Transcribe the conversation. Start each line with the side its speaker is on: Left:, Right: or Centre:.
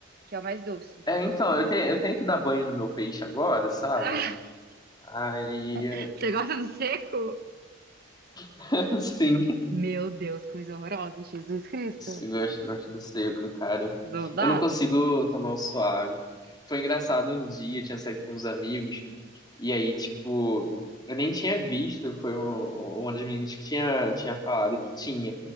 Right: que é o mais doce.
Left: É, então, eu tenho, eu tenho que dar banho no meu peixe agora, sabe?
Right: Ah,
Left: Aí,
Right: <laughs> você gosta do seco?
Left: <laughs> sim.
Right: Meu Deus, coisa horrorosa, Jesus Cristo.
Left: eu gosto, gosto do seco, cara.
Right: Não dá?
Left: Eu não consigo tomar o suave. Foi engraçado um dia, eu tinha saído com uns amigos, e aí, tipo, eu nem tinha visto, foi um- uma das meninas que tinha, tinha falado que tinha.